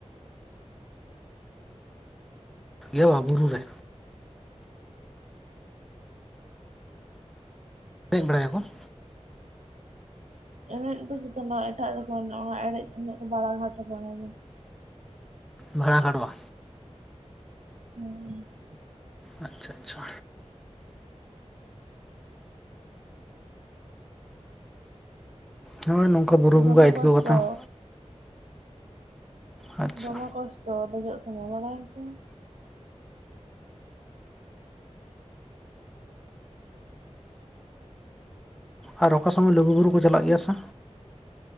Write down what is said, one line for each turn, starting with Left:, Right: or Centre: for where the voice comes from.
Centre: ᱜᱮ ᱵᱟ ᱵᱩᱨᱩ ᱨᱮ ᱫᱮᱡ ᱵᱟᱲᱟᱭᱟ ᱠᱚ ᱾
Right: ᱮᱱᱮᱡ ᱫᱚ ᱡᱚᱛᱚᱱᱟᱜ ᱮᱴᱟᱜ ᱨᱮ ᱠᱚ ᱮᱱᱮᱡᱼᱟ ᱚᱱᱟ ᱮᱲᱮᱡ ᱮᱱᱮᱡ ᱫᱚ ᱵᱟᱲᱟ ᱜᱷᱟᱴ ᱨᱮ ᱠᱚ ᱮᱱᱮᱡᱟ᱾
Centre: ᱵᱷᱟᱲᱟ ᱠᱷᱟᱰᱶᱼᱟ᱾
Right: ᱦᱮᱸ
Centre: ᱟᱪᱪᱷᱟ ᱟᱪᱪᱷᱟ ᱦᱚᱭ ᱱᱚᱝᱠᱟ ᱵᱩᱨᱩ
Right: ᱫᱚᱢᱮ
Centre: ᱵᱚᱸᱜᱟ ᱤᱫᱤᱠᱚ
Right: ᱠᱚᱥᱴᱚ
Centre: ᱠᱟᱛᱷᱟ ᱾ ᱟᱪᱪᱷᱟ
Right: ᱫᱚᱢᱮ ᱠᱚᱥᱴᱚ ᱫᱮᱡᱚᱜ ᱥᱚᱢᱚᱭ ᱵᱟᱲᱟᱭᱟᱢ ᱥᱮ ᱾
Centre: ᱟᱨ ᱚᱠᱟ ᱥᱚᱢᱚᱭ ᱞᱩᱜᱩᱵᱩᱨᱩ ᱠᱚ ᱪᱟᱞᱟᱜ ᱜᱮᱭᱟ ᱥᱮ?